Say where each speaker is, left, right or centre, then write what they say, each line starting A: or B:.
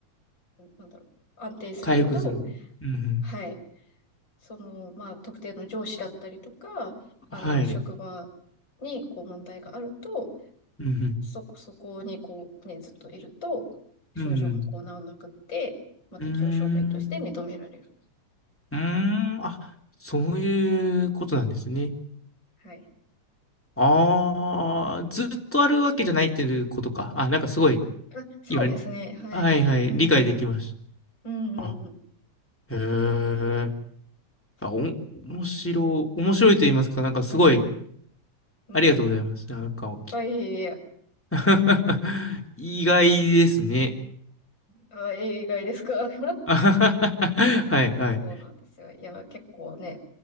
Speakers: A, on the left; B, in the centre.
A: なんだろう、安定するけど、
B: 回復する。うん、うん。
A: はい、その、まあ、特定の上司だったりとか、あの、
B: はい。
A: 職場に、こう、問題があると、
B: うん、うん。
A: そ、そこにこうね、ずっといると、症状がこう治らなくって、
B: うん、
A: まあ、適応障害として認められる。
B: うん。うーん。うーんあ、そういうことなんですね。
A: はい。
B: ああ、ずっとあるわけじゃないっていうことか。あ、なんかすごい、
A: あ、そうですね。
B: 今、
A: はい。
B: はいはい、
A: うん、
B: 理解できまし
A: うん。うん、
B: た。
A: うん、
B: あ、
A: うん。
B: へえ。
A: そ
B: あ、お、面白、面白いと言いますか、
A: う。<laughs>
B: なんかすごい、
A: うん。
B: ありがとうございます。
A: うんいっ
B: なんか、おき
A: ぱい、いや、
B: <laughs>
A: いや
B: 意外ですね。
A: あ、映画ですか <laughs>
B: <laughs> あははははいはい。
A: そうなんですよ。いや、結構ね、